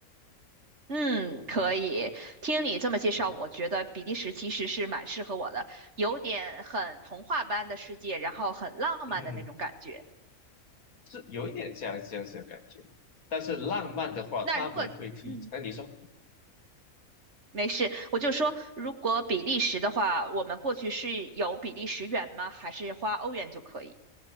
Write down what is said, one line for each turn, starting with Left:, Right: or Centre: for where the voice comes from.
Right: 嗯，可以。听你这么介绍，我觉得比利时其实是蛮适合我的，有点很童话般的世界，然后很浪漫的那种感觉。
Left: 嗯哼。嗯是有一点像这样子的感觉。但是浪漫的话，
Right: 那如果嗯。
Left: 他们会推。那你说，
Right: 没事，我就说，如果比利时的话，我们过去是有比利时元吗？还是花欧元就可以？